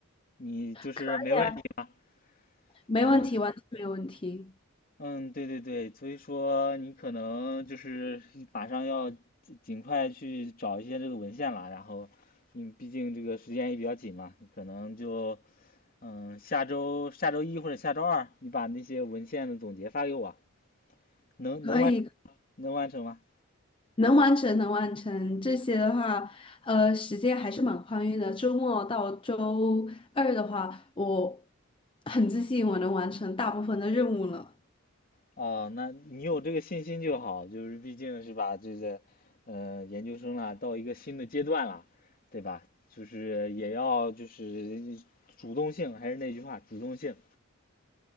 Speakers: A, on the left; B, on the left.
A: 你就是没问题吧？
B: 可以啊，没问题，
A: 嗯、
B: 完全没问题。
A: 嗯，对对对，所以说你可能就是马上要尽尽快去找一些这个文献了，然后你毕竟这个时间也比较紧嘛，你可能就嗯下周下周一或者下周二，你把那些文献的总结发给我，能能完
B: 可以，
A: 能完成吗？
B: 能完成，能完成。这些的话，呃，时间还是蛮宽裕的。周末到周二的话，我很自信我能完成大部分的任务了。
A: 哦，那你有这个信心就好，就是毕竟是吧，这个呃研究生了，到一个新的阶段了，对吧？就是也要就是主动性，还是那句话，主动性。